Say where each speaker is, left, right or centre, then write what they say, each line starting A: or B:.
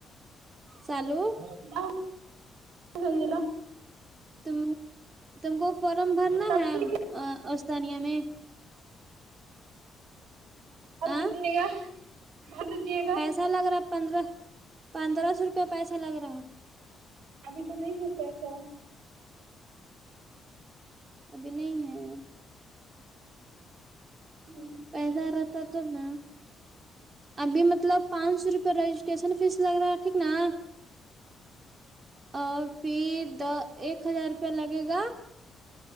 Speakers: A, on the right; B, on the right.
A: چالو
B: میلا یہ میلا
A: تم تم کو فارم بھرنا
B: سب
A: ہے
B: ٹھیک
A: اسانیہ میں
B: بھر
A: آ
B: دیجیے گا بھر دیجیے گا
A: لگرا ہے پندرہ پندرہ سو روپیہ پیسا لگ رہا ہے
B: ابھی تو نہیں ہے پیسہ
A: ابھی نہیں ہے
B: ہمم
A: پیسہ رہتا تو نا ابھی مطلب پانچ سو روپے رجسٹریشن فیس لگ رہا ہے ٹھیک نا اور پھر دا ایک ہزار روپیہ لگے گا